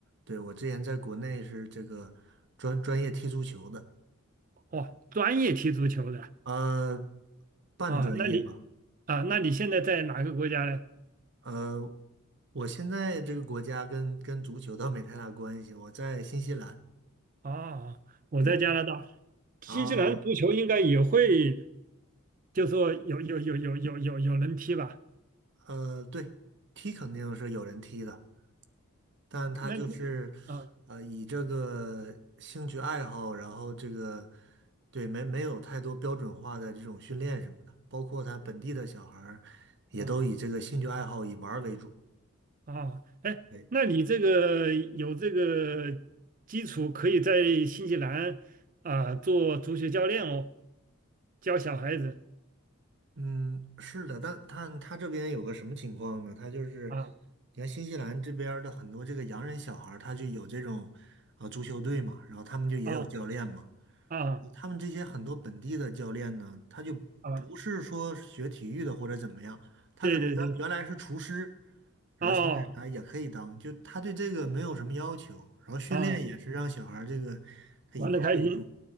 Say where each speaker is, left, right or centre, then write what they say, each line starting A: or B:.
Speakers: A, on the right (about 55°); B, on the right (about 40°).
A: 对我之前在国内是这个专专业踢足球的，
B: 哦，专业踢足球的
A: 呃，半专业吧。
B: 啊？那你啊，那你现在在哪个国家呢？
A: 呃，我现在这个国家跟跟足球倒没太大关系，我在新西兰。
B: 哦，我在加拿大，
A: 对，
B: 新西兰足球应该也会，
A: 啊，
B: 就说有有有有有有有人踢吧？
A: 呃，对，踢肯定是有人踢的，但他就是
B: 那你啊
A: 呃以这个兴趣爱好，然后这个对没没有太多标准化的这种训练什么的，包括他本地的小孩儿也都以这个兴趣爱好以玩儿为主。
B: 啊啊，哎，
A: 对
B: 那你这个有这个基础，可以在新西兰啊做足球教练哦，教小孩子
A: 嗯，是的，但他他这边有个什么情况呢？他就是，
B: 啊
A: 你看新西兰这边儿的很多这个洋人小孩儿他就有这种呃足球队嘛，然后他们就也有教练嘛。
B: 啊啊
A: 他们这些很多本地的教练呢，他就不是说学体育的或者怎么样，
B: 啊，
A: 他可能原原来是厨师，
B: 对对对，
A: 然后现在来也可以当，
B: 哦
A: 就他对这个没有什么要求，然后训练也是让小孩儿这个他以玩儿为主。
B: 啊，玩的开心